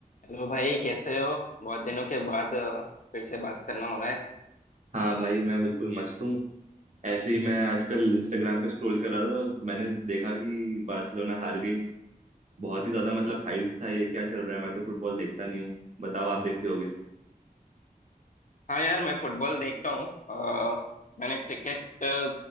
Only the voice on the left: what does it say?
Hello भाई कैसे हो बहुत दिनों के बाद अ, फिर से बात करना हो रहा है
हाँ यार मैं फुटबॉल देखता हूँ अ, मैंने क्रिकेट अ,